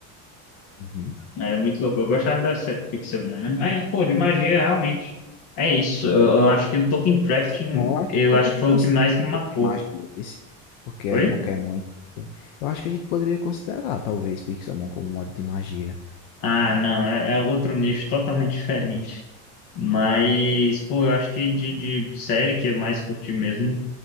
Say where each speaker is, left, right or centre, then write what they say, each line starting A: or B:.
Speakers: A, on the left; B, on the left.
A: Uhum.
B: É muito louco. Eu gostava da série Pixelmon, né? Mas, pô, de magia, realmente. É isso. Eu, eu acho que o Tolkien Crafting,
A: E disse, Não, eu acho
B: eu
A: que eu poderia
B: acho que foi
A: considerar
B: o que mais me marcou.
A: um pouco de magia desse, porque é
B: Oi?
A: Pokémon e tudo. Eu acho que a gente poderia considerar, talvez, Pixelmon como um modo de magia.
B: Ah, não, é, é outro nicho totalmente diferente. Mas, pô, eu acho que de, de série que eu mais curti mesmo